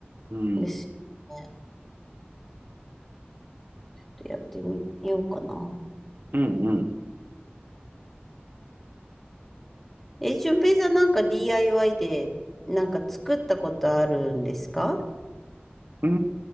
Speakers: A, on the right (about 60°); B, in the centre.
A: うん。
B: んですよね。ちょっとやってみようかな。
A: うんうん。
B: え、俊平さんなんか DIY でなんか作ったことあるんですか
A: うー